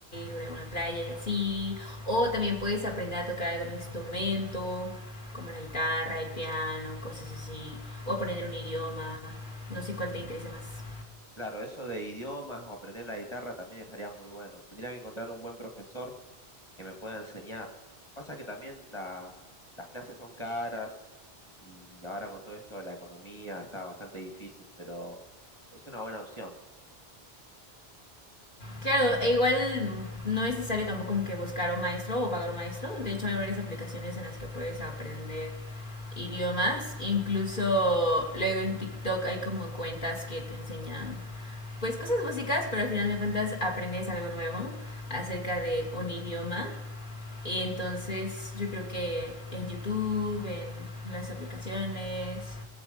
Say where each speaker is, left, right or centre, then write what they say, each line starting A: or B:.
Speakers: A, on the left; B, on the left.
A: o en alguna playa y así. O también puedes aprender a tocar algún instrumento como la guitarra, el piano, cosas así. O aprender un idioma, no sé cuál te interese más.
B: Claro, eso de idiomas o aprender la guitarra también estaría muy bueno. Tendría que encontrar un buen profesor que me pueda enseñar. Pasa que también la- las clases son caras y ahora con todo esto de la economía está bastante difícil, pero es una buena opción.
A: Claro, e igual no es necesario tampoco como que buscar un maestro o pagar un maestro. De hecho hay varias aplicaciones en las que puedes aprender idiomas. Incluso luego en TikTok hay como cuentas que te enseñan pues cosas básicas, pero al final de cuentas aprendes algo nuevo acerca de un idioma. Y entonces yo creo que en YouTube, en las aplicaciones